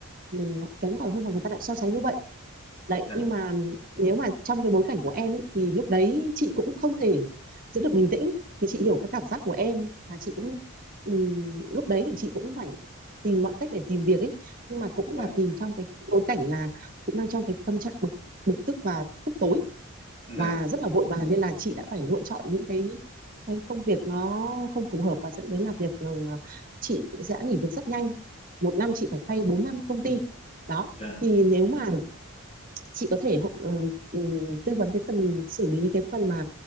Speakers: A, on the right; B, on the left.
A: mình lại kém cỏi hơn và người ta lại so sánh như vậy Đấy,
B: dạ
A: nhưng mà nếu mà trong cái bối cảnh của em ấy thì lúc đấy chị cũng không thể giữ được bình tĩnh thì chị hiểu các cảm giác của em và chị cũng ừm, lúc đấy thì chị cũng phải tìm mọi cách để tìm việc ấy nhưng mà cũng
B: dạ
A: là tìm trong cái bối cảnh là cũng đang trong cái tâm trạng bực bực tức và tức tối và
B: dạ
A: rất là vội vàng nên là chị đã phải lựa chọn những cái cái công việc nó không phù hợp và dẫn đến là việc ừ, chị sẽ nghỉ việc rất nhanh một năm chị phải thay bốn năm công ty đó
B: dạ
A: thì nếu mà chị có thể hộ- ừm, ừm, tư vấn cái phần xử lý cái phần mà